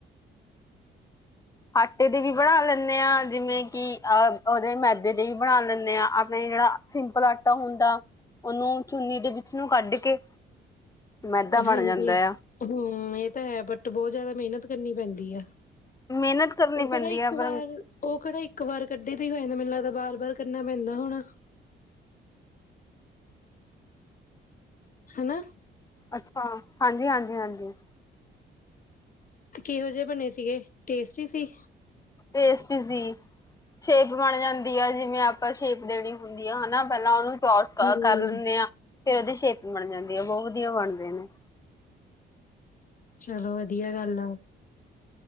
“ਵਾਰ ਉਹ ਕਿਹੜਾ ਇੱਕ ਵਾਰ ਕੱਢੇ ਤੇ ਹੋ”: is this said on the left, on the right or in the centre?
Left